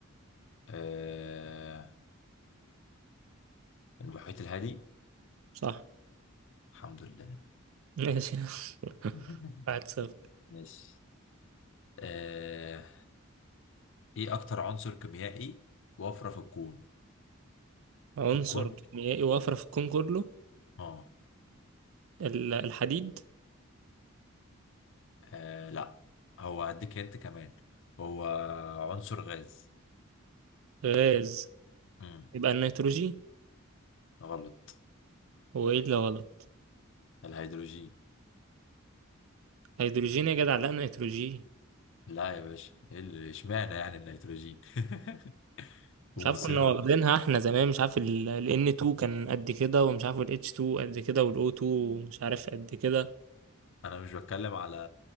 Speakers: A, on the left; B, on the right.
A: آه... المحيط الهادي
B: صح
A: الحمد لله
B: ماشي <laughs>
A: <laughs>
B: واحد صفر
A: ماشي آه... ايه اكتر عنصر كيميائي وفره في الكون
B: عنصر
A: في الكون
B: كيميائي وافرة في الكون كله
A: اه
B: ال- الحديد
A: آه، لا هو هديك انت كمان هو عنصر غاز
B: غاز
A: امم
B: يبقى النيتروجين
A: غلط
B: هو ايه اللي غلط
A: الهيدروجين
B: هيدروجين يا جدع لا نيتروجين
A: لا يا باشا إيه اللي- اشمعنى يعني الهيدروجين <laughs>
B: مش
A: ومصر
B: عارف كنا <laughs> واخدينها احنا زمان مش عارف ال ال N2 كان قد كده ومش عارف ال H2 قد كده وال O2 مش عارف قد كده
A: انا مش بتكلم على